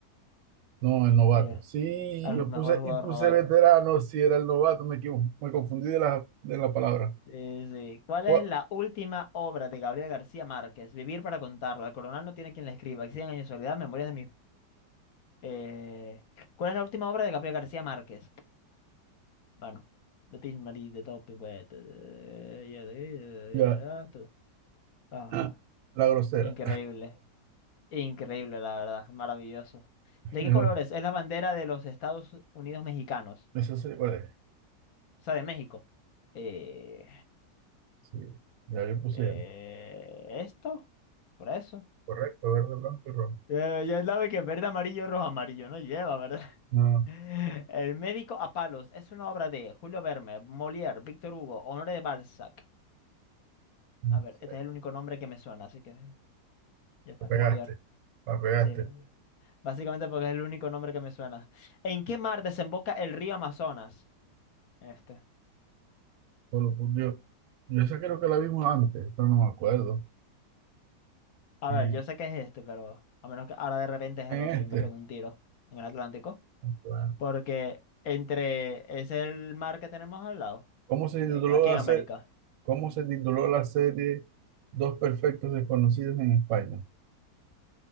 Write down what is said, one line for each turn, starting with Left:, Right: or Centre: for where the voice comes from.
Right: No, el novato.
Left: Sí,
Right: Sí,
Left: al
Right: yo
Left: ju-
Right: puse
Left: mejor jugador
Right: y puse
Left: novato.
Right: veterano. Sí, era el novato. Me equivo- me confundí de la, de la palabra.
Left: Sí, sí. ¿Cuál
Right: Gua-
Left: es la última obra de Gabriel García Márquez? Vivir para contarlo. El coronel no tiene quien la escriba. Cien años de soledad, memorias de mis... eh, ¿Cuál es la última obra de Gabriel García Márquez? Bueno, de Tin Marín, de Todo Pingüete, de- de, de- de,
Right: Ya.
Left: de- ah, tú. Ah,
Right: Ah, La grosera.
Left: increíble. Increíble, la verdad. Maravilloso.
Right: <laughs>
Left: ¿De qué colores? Es la bandera de los Estados Unidos mexicanos.
Right: Eso sí, ¿cuál es?
Left: O sea, de México. Eh,
Right: Sí, ya yo puse
Left: eh,
Right: ya.
Left: ¿esto? ¿Por eso?
Right: Correcto, verde, blanco y rojo.
Left: Ya, ya sabe que verde, amarillo, rojo, amarillo no lleva, ¿verdad?
Right: No,
Left: <laughs> El médico a palos es una obra de Julio Verne, Molière, Víctor Hugo, Honoré de Balzac.
Right: no.
Left: A ver,
Right: sé.
Left: este es el único nombre que me suena, así que ya está,
Right: La pegaste,
Left: Molière.
Right: la pegaste.
Left: Sí, básicamente porque es el único nombre que me suena. ¿En qué mar desemboca el río Amazonas? Este.
Right: Solo por Dios. Yo esa creo que la vimos antes, pero no me acuerdo.
Left: A
Right: En,
Left: ver, yo sé que es este, pero a menos que ahora de repente es
Right: en
Left: el otro
Right: este.
Left: y me pego un tiro en el Atlántico,
Right: claro
Left: porque entre es el mar que tenemos al lado,
Right: ¿Cómo se
Left: en,
Right: tituló
Left: aquí en
Right: la
Left: América.
Right: serie? ¿Cómo se tituló la serie Dos Perfectos Desconocidos en España?